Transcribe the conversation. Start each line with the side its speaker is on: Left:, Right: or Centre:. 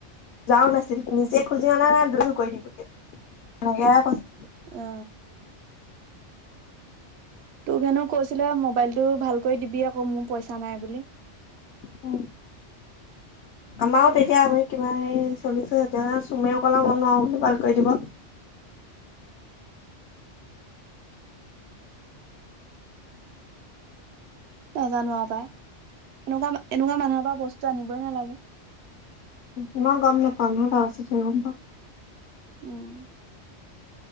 Left: যাৱাও নাছিল নিজে খুজি অনা নাই দু কৰি দিব তেনেকেহে কৈছে
Right: অ তোক হেনো কৈছিলে মোবাইলটো ভালকৈ দিবি আকৌ মোৰ পইচা নাই বুলি।
Left: অ। আমাৰো তেতিয়া আমি কিমান হৰি চলিছো চুমেও ক'লে মই নোৱাও বুলি ভাল কৰি দিব।
Right: নাজানো আও পাই এনেকুৱা এনেকুৱা মানুহৰ পৰা বস্তু আনিবই নালাগে।
Left: ইমান গম নেপাওঁ <unintelligible> গম পাওঁ
Right: উম